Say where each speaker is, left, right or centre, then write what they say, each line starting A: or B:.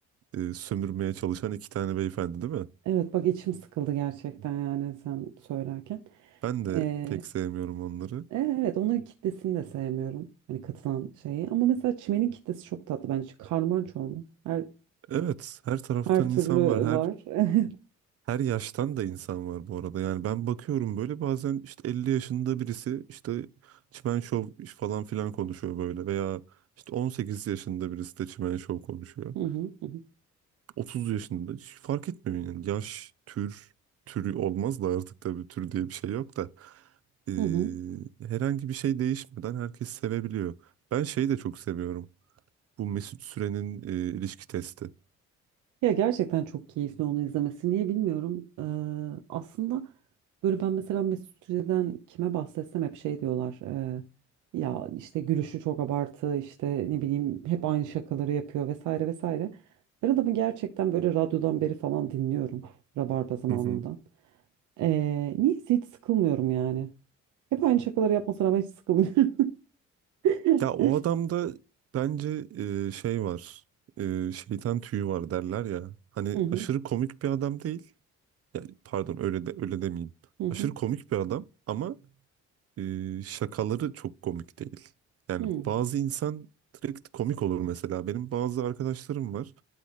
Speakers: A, on the right; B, on the right.
A: e, sömürmeye çalışan iki tane beyefendi değil mi?
B: Evet bak içim sıkıldı gerçekten yani sen söylerken.
A: Ben de
B: Ee,
A: pek sevmiyorum onları.
B: e, evet onların kitlesini de sevmiyorum. Hani katılan şeyi. Ama mesela çimenin kitlesi çok tatlı bence. Karman çorman. Her,
A: Evet, her taraftan
B: her türlü
A: insan var. Her
B: var. <laughs>
A: her yaştan da insan var bu arada. Yani ben bakıyorum böyle bazen işte 50 yaşında birisi işte çimen şov falan filan konuşuyor böyle veya işte 18 yaşında birisi de çimen şov konuşuyor.
B: Hı hı, hı hı,
A: 30 yaşında hiç fark etmiyor yani yaş, tür, türü olmaz da artık tabii tür diye bir şey yok da Ee,
B: hı hı.
A: herhangi bir şey değişmeden herkes sevebiliyor. Ben şeyi de çok seviyorum. Bu Mesut Süren'in e, ilişki testi.
B: Ya gerçekten çok keyifli onu izlemesi. Niye bilmiyorum. Ee, aslında böyle ben mesela Mesut Süre'den kime bahsetsem hep şey diyorlar. ee, ya işte gülüşü çok abartı, işte ne bileyim hep aynı şakaları yapıyor vesaire vesaire. Ben adamı gerçekten böyle radyodan beri falan dinliyorum. Rabarba zamanından.
A: Hı hı.
B: Ee, niyeyse hiç sıkılmıyorum yani. Hep aynı şakaları yapmasına rağmen hiç sıkılmıyorum. <laughs>
A: Ya o adamda bence e, şey var. E, şeytan tüyü var derler ya. Hani
B: Hı hı
A: aşırı komik bir adam değil Yani pardon öyle de öyle demeyeyim.
B: hı
A: Aşırı
B: hı.
A: komik bir adam ama e, şakaları çok komik değil. Yani
B: hı.
A: bazı insan direkt komik olur mesela. Benim bazı arkadaşlarım var.